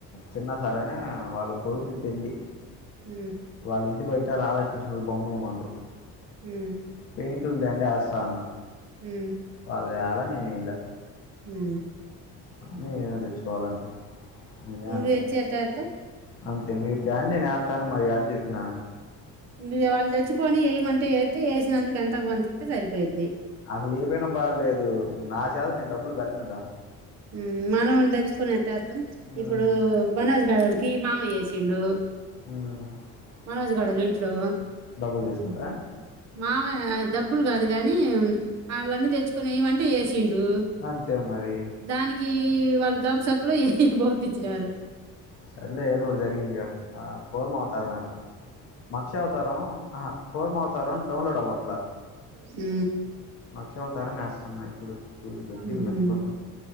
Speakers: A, on the left; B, on the right.
A: చిన్న సరేనే వాళ్ళ కొడుకు పెళ్లి
B: హు
A: వాళ్ళ ఇంటి బయట రాధాకృష్ణుల బొమ్మ ఏయిమండ్రూ
B: హు
A: పెయింట్ లు తెండి ఏస్తా అన్నా
B: హు
A: వాళ్ళు తేవలా నేను యిలా
B: హు
A: అన్నీ నేను తెచ్చుకోవాలంటే నేను తేవద్ద
B: నువ్వు తెచ్చి ఎట్టా ఏత్తవ్
A: అంతే మీరూ తెండి నేను ఎత్తాను మరియదగా చెప్పినా
B: ఇగ వాళ్ళు తెచ్చుకొని ఏయిమంటే ఎత్తే ఏసినందుకు ఎంత కొంత ఇత్తే సరిపోయిద్ది
A: అసలు ఏపైయినా బాధ లేదు నా చేత నేను డబ్బులు పెట్టనుగా
B: మ్ మనం తెచ్చుకొని ఎట్టేత్తాం?
A: మ్మ్
B: ఇప్పుడు బనాజ్ గాడు వాళ్ళకి మావయ్య ఏసిండు.
A: మ్
B: మనోజ్ గాడోళ్ళ ఇంట్లో
A: డబ్బులు తీసుకుంటార
B: మామ డబ్బులు కాదు కానీ వాళ్లన్ని తెచ్చుకొని ఎయిమంటె ఏసిండు.
A: అంతే మరి
B: దానికి వాళ్ళు దోమసప్పులో ఏ పంపించినారు.
A: సర్లే ఏదో ఒకటి జరిగిందిగా, ఆ కూర్మ అవతారం ఏద్దాం. మక్షావతారం అహ కూర్మావతారం డౌన్లోడ్ అవ్వట్ల.
B: మ్
A: మక్షావతారం ఏస్తన్న ఇప్పుడు చూసి దొరికింది
B: మ్హ్
A: మంచి ఫోటో